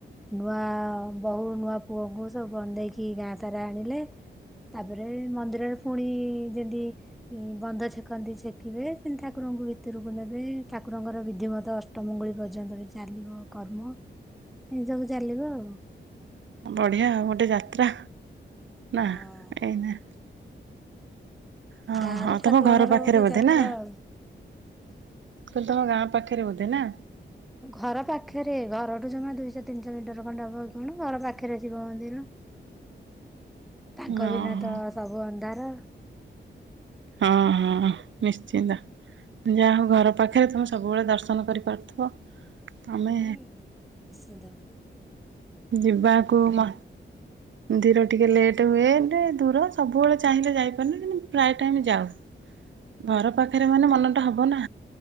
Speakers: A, in the centre; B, on the right.
A: ନୂଆ ବୋହୂ ନୂଆ ପୁଅଙ୍କୁ ସବୁ ବନ୍ଦେଇକି ଗାଁ ତାର ଆଣିଲେ ତାପରେ ମନ୍ଦିରରେ ପୁଣି ଯେମି ବନ୍ଧ ଛେକନ୍ତି ଛେକିବେ ସେମିତି ଠାକୁରଙ୍କୁ ଭିତରକୁ ନେବେ ଠାକୁରଙ୍କର ବିଧିମତ ଅଷ୍ଟମଙ୍ଗୁଳି ପର୍ଯ୍ୟନ୍ତ ବି ଚାଲିବ କର୍ମ ଏ ସବୁ ଚାଲିବ ଆଉ।
B: ବଢିଆ ଆଉ ଗୋଟେ ଯାତ୍ରା।
A: ହଁ
B: ନା ଏଇନେ ହଁ
A: ଗାଁରେ
B: ହଁ
A: ଠାକୁରଙ୍କର
B: ତମ ଘର ପାଖରେ
A: ଗୋଟେ
B: ବୋଧେ
A: ଯାତ୍ରା
B: ନା।
A: ଆଉ।
B: ତମ ଗାଁ ପାଖରେ ବୋଧେ ନା।
A: ଘର ପାଖରେ ଘରଠୁ ଜମା ଦୁଇଶହ ତିନିଶହ ମିଟର ଖଣ୍ଡେ ହବ କି କଣ ଘର ପାଖରେ ଶିବ ମନ୍ଦିର। ତାଙ୍କ
B: ଓହୋ
A: ବିନା ତ ସବୁ ଅନ୍ଧାର।
B: ହଁ ହଁ ନିଶ୍ଚିନ୍ତ ଯା ହଉ ଘର ପାଖରେ ତମେ ସବୁବେଳେ ଦର୍ଶନ କରିପାରୁଥିବ। ଆମେ
A: ହୁଁ ନିଶ୍ଚିନ୍ତ।
B: ଯିବାକୁ ନା ମନ୍ଦିର ଟିକେ ଲେଟ୍ ହୁଏ ଏତେ ଦୂର ସବୁବେଳେ ଚାହିଁଲେ ଯାଇପାରୁନି କିନ୍ତ ପ୍ରାୟ ଟାଇମ ଯାଉ ଘର ପାଖରେ ମାନେ ମନଟା ହବ ନା।